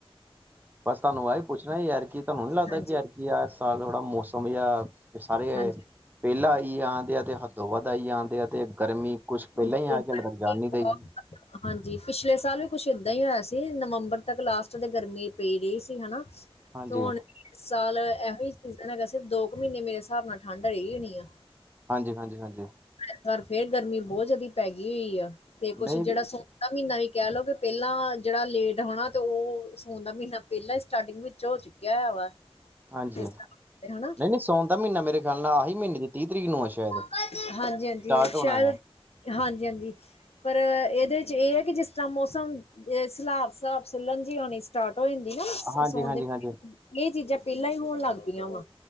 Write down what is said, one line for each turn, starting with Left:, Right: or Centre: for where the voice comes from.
Right: ਬਸ ਤੁਹਾਨੂੰ ਆਹਹੀ ਪੁੱਛਣਾ ਯਾਰ ਕੀ ਤੁਹਾਨੂੰ ਨੀ ਲੱਗਦਾ
Left: ਹਾਂਜੀ
Right: ਕਿ ਯਾਰ ਕੀ ਯਾਰ ਸਾਲ ਥੋੜਾ ਮੌਸ ਯਾਰ। ਸਾਰੇ
Left: ਹਾਂਜੀ
Right: ਪਹਿਲਾ ਆਈ ਆਉਂਦੇ ਆ ਤੇ ਹੱਦੋਂ ਵੱਧ ਆਈ ਆਉਂਦੇ ਆ ਤੇ ਗਰਮੀ। ਕੁਛ ਪਹਿਲਾਂ
Left: ਬਿਲਕੁਲ
Right: ਹੀ ਆ
Left: ਬਿਲਕੁਲ, ਗਰਮੀ
Right: ਕੇ ਤਾਂ ਰ ਜਾਨ ਨੀ ਦੇਈ
Left: ਬਹੁਤ। ਹਾਂਜੀ ਪਿਛਲੇ ਸਾਲ ਵੀ ਕੁਛ ਏਦਾਂ ਹੀ ਹੋਇਆ ਸੀ ਨਵੰਬਰ ਤੱਕ ਲਾਸਟ ਤੇ ਗਰਮੀ ਪਈ ਰਹੀ ਸੀ ਹਨਾ।
Right: ਹਾਂਜੀ
Left: ਤੇ ਹੁਣ ਸਾਲ ਇਹੋ ਸੀਜ਼ਨ ਹੈਗਾ ਸਿਰਫ ਦੋ ਕੁ ਮਹੀਨੇ ਮੇਰੇ ਹਿਸਾਬ ਨਾਲ ਠੰਢ ਰਹੀ ਹੋਣੀ ਆ।
Right: ਹਾਂਜੀ -ਹਾਂਜੀ -ਹਾਂਜੀ।
Left: ਐਤ ਵਾਰ ਫੇਰ ਗਰਮੀ ਬਹੁਤ ਜਿਆਦਾ ਪੈ ਗਈ ਹੋਈ ਆ ਤੇ ਕੁੱਛ
Right: ਨਹੀਂ
Left: ਜਿਹੜਾ ਸੋ। ਦਾ ਮਹੀਨਾ ਵੀ ਕਹਿ ਲਓ ਕਿ ਪਹਿਲਾਂ ਜਿਹੜਾ ਲੇਟ ਹੋਣਾ ਤੇ ਉਹ ਫੋਨ ਦਾ ਮਹੀਨਾ ਪਹਿਲਾਂ ਸਟਾਰਟਿੰਗ ਵਿੱਚ। ਚਝ ਹੋ ਚੁੱਕਿਆਇਆ ਵਾ।
Right: ਹਾਂਜੀ
Left: ਇਸ
Right: ਨਹੀਂ
Left: ਸਾਲ ਤੇ, ਹਨਾ
Right: -ਨਹੀਂ ਸਾਉਣ ਦਾ ਮਹੀਨਾ ਮੇਰੇ ਖਿਆਲ ਨਾਲ ਆਹੀ ਮਹੀਨੇ ਦੀ ਤੀਹ ਤਰੀਕ ਨੂੰ। ਆ ਸ਼ਾਇਦ
Left: ਹਾਂਜੀ - ਹਾਂਜੀ
Right: ਸਟਾਰਟ ਹੋਣਾ
Left: ਸ਼ਾਇਦ
Right: ਆ
Left: ਹਾਂਜੀ -ਹਾਂਜੀ। ਪਰ ਇਹਦੇ ਚ ਇਹ ਹੈ ਕਿ ਜਿਸ ਤਰ੍ਹਾਂ ਮੌਸਮ ਸਲਾਬ ਸਿਸਬ ਸਲਣ ਜ ਹੋਉਣੀ। ਸਟਾਰਟ ਹੋ ਜਾਂਦੀ ਨਾ
Right: ਹਾਂਜੀ
Left: ਸੋਣ
Right: ਹਾਂਜੀ
Left: ਦੇ
Right: ਹਾਂਜੀ
Left: ਇਹ ਚੀਜ਼ਾਂ ਪਹਿਲਾਂ ਹੀ ਹੋਣ ਲੱਗ ਪਈਆਂ ਵਾ।